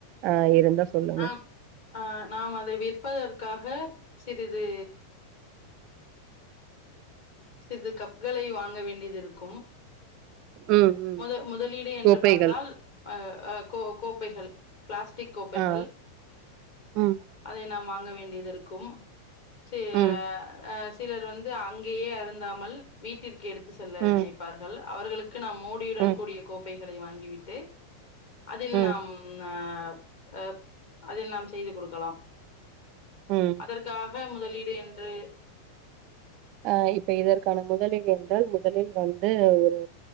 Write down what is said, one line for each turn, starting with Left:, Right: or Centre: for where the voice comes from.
Right: ஆ இருந்தா சொல்லுங்க
Left: ஆம் ஆ நாம் அதை விற்பதற்க் க்காக சிறிது சிறிது கப்களை வாங்க வேண்டியதிருக்கும்
Right: ம் ம்
Left: மொத மொதலீடு என்று
Right: கோப்பைகள்
Left: பார்த்தால் அ அ கோ கோ ப்பைகள் பிளாஸ்டிக் கோப்பைகள்
Right: ஆ ம்
Left: அதை நாம் வா ங்க வேண்டியதுருக்கும் செ
Right: ம்
Left: ஆ அ சிலர் வந்து அங்கெயே அரு ந்தாமல் வீட்டிற்கு எடுத் து செல்ல
Right: ம்
Left: நினைப்பார்கள் அவர்களுக்கு நாம் மூடியுடன்
Right: ம்
Left: கூடிய கோப்பை களை வாங்கி விட்டு அதில்
Right: ம்
Left: நாம் ஆ அ அதில் நாம் செய்து கொடுக்கலாம்
Right: ம்
Left: அதற்காக முதலீடு என்று
Right: ஆ இப்ப இதற்கான முதலீடு என்றால் முதலில் வந்து ஒரு